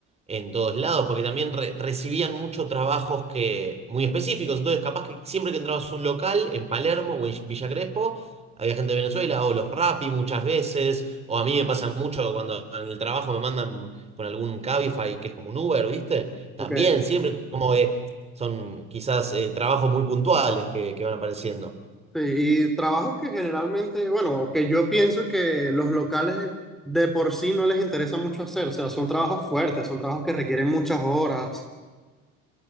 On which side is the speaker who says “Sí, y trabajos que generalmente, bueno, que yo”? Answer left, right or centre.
Centre